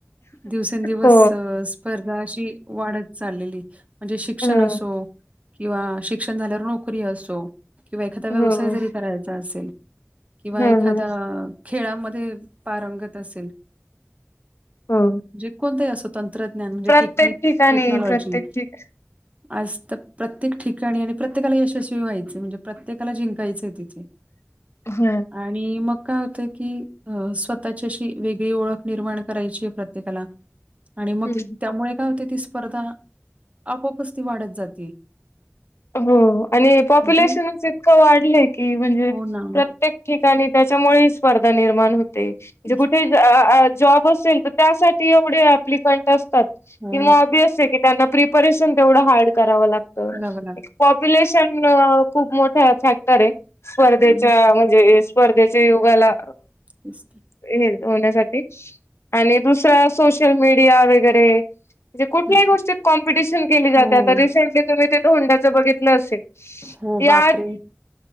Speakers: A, on the right; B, on the left.
A: दिवसेंदिवस
B: हो
A: स्पर्धा अशी वाढत चाललेलीय... म्हणजे शिक्षण
B: हो
A: असो किंवा शिक्षण झाल्यावर नोकरी असो किंवा एखाद्या व्यवसाय...
B: हो
A: जरी करायचा असेल... किंवा
B: हा
A: एखादा
B: हा
A: खेळामध्ये पारंगत असेल...
B: हो
A: जे कोणत अस... तंत्रज्ञान म्हणजे
B: प्रत्येक
A: टेक्निक
B: ठिकाणी
A: टेक्नॉलॉजी....
B: प्रत्येक ठिकाणी
A: आज तर प्रत्येक ठिकाणी आणि प्रत्येकाला यशस्वी व्हायचे म्हणजे प्रत्येकाला जिं... काहीच तिथे
B: हो
A: आणि मग... काय होत की स्वतःच्याशी वेगळी ओळख निर्माण करायची आहे प्रत्येकाला... आणि मग
B: हम्म
A: त्यामुळे काय होते ती स्पर्धा आपोपच ती वाढत जाते...
B: हो आणि पॉप्युलेशनच
A: म्हणजे
B: इतकं... वाढलय म्हणजे
A: हो ना
B: प्रत्येक ठिकाणी त्याच्यामुळे स्पर्धा निर्माण हो... ते म्हजे
A: तेच
B: कुठे जॉब असेल तर त्यासाठी.... एवढे अप्लिकंट असतात
A: हो
B: किंवा ऑबियस क त्यांना प्रिपरेशन तेवढं हार्ड करावं लागत...
A: खलाबला...
B: पॉप्युलेशन खूप मोठं फॅक्टर आहे स्पर्धेच्या
A: हं,
B: म्हणजे... स्पर्धेच्या युगाला
A: तेस
B: हे होण्यासाठी आणि दुसरा सोशल मीडिया वगैरे म्हे कुल्याही
A: हं.
B: गोष्टी कॉम्पटिन के जातेता
A: हो,
B: रिंट तुमही तें बघितल असेल
A: हो
B: या
A: बापरे!